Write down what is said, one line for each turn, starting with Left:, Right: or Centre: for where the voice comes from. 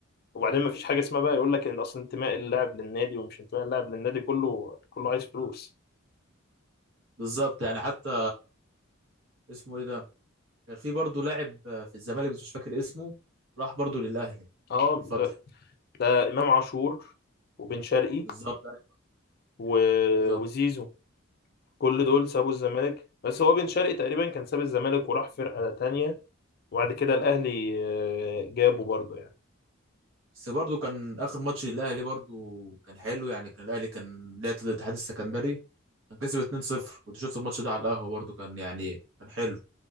Left: وبعدين ما فيش حاجه اسمها بقى يقول لك ان اصل انتماء اللاعب للنادي ومش انتماء اللاعب للنادي كله كله عايز فلوس
Right: بالظبط يعني حتى اسمه ايه ده كان في برضه لاعب آه، في الزمالك بس مش فاكر اسمه راح برضه للاهلي
Left: اه
Right: من فتره
Left: ده امام عاشور وبن شرقي
Right: بالظبط أيوة،
Left: و...
Right: بالظبط
Left: وزيزو كل دول سابوا الزمالك بس هو بن شرقي تقريبا كان ساب الزمالك وراح فرقة تانية وبعد كده الاهلي آه، جابه برضه يعني
Right: بس برضه كان اخر ماتش للاهلي برضه كان حلو يعني كان الاهلي كان لعب ضد الاتحاد السكندري كان كسب 2-0 كنت شفت الماتش ده على القهوه برضه كان يعني كان حلو